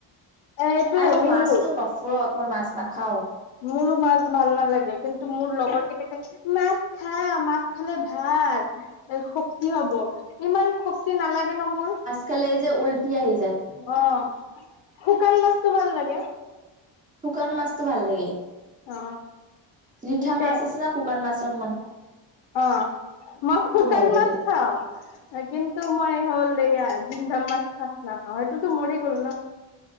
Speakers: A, on the left; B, on the right.
A: এইটোয়ে
B: আ, মোৰ
A: মোৰো
B: মাছতটো নফুৰত মই মাছ নাখাও।
A: মোৰো মাছ ভাল নালাগে কিন্তু মোৰ লগৰ কেতি মাছ খা মাছ খালে ভাল শক্তি হ'ব ইমান শক্তি নালাগে ন, মোৰ।
B: খাললে এই যে উলটিয় হৈি যায়
A: অ শুকান মাছতো ভাল লাগে
B: শুকান মাছতো ভাল লাগে
A: অ
B: ৰৰিঠা
A: কিন্তু
B: মছ আছে ন ফুকান মছৰ ম
A: অ মই শুকান
B: ভাল লাগে।
A: মাছ খাওঁ কিন্তু মই হ'ল জিম দা মাছ থাক নাখাওঁ সেইটোতো মৰি গ'ল ন